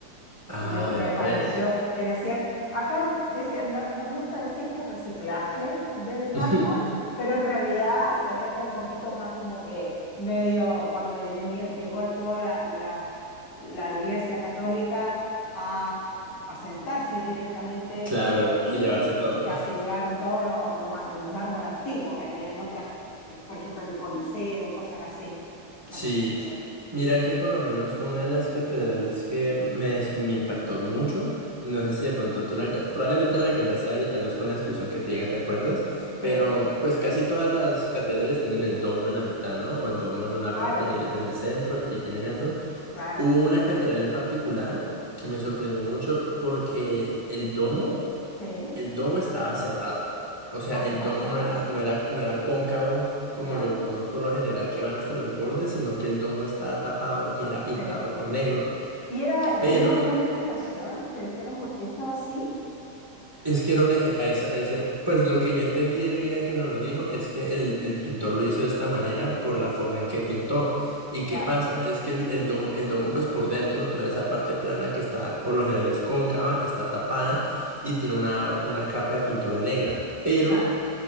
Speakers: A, on the right; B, on the left.
A: Ah,
B: Me, me
A: vea
B: pareció,
A: pues.
B: eh, decían, acá decían, no- nos gusta decir que es reciclaje del mármol,
A: <laughs>
B: pero en realidad se ve como un poquito más como que medio, cuando venía- llegó toda la, la- la Iglesia Católica a, a sentarse directamente
A: Claro,
B: y
A: y llevarse todo.
B: ya
A: <laughs>
B: se llevaron todo lo, lo ma- el mármol antiguo que había en otras, eh, por ejemplo, en el Coliseo y cosas así, imagínate.
A: Sí, Mira que por lo menos una de las catedrales que me, me impactó mucho, no sé si de pronto tú la alca- probablemente la alcanzaste a ver y tal vez con la descripción que te diga te acuerdas, pero
B: Sí,
A: pues casi todas las catedrales tienen el domo en la mitad, ¿no? O el domo en una
B: claro,
A: parte de la iglesia en el centro y tienen eso.
B: claro,
A: Hubo una catedral en particular que me sorprendió mucho porque el domo...
B: sí.
A: El domo estaba cerrado. O sea,
B: Ah,
A: el
B: estaba
A: domo
B: cerrado.
A: no era, no era, no era cóncavo como
B: Ya.
A: los domos por lo general que van hasta los bordes, sino que el domo estaba tapado y era pintado
B: Sí.
A: con negro.
B: ¿Y era, y
A: Pero
B: tenía alguna explicación? ¿Te dijeron por qué estaba así?
A: es que era un- eh, eh, esa- ese- pues lo que yo entendí del guía que nos lo dijo es que el, el pintor lo hizo de esta manera por la forma en que pintó. ¿Y
B: Ya,
A: qué pasa? Es que el, el domo, el domo, pues por dentro, toda esa parte plana que está, por lo general es cóncava, está tapada y tiene una, una capa de pintura negra. Pero
B: claro,